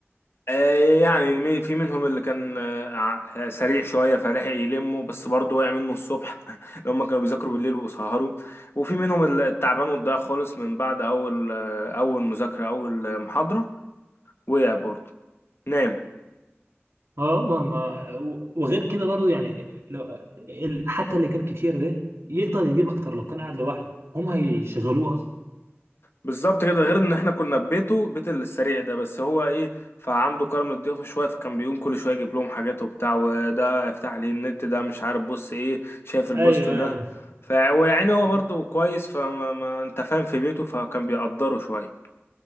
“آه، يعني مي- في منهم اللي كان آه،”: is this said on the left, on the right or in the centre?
Left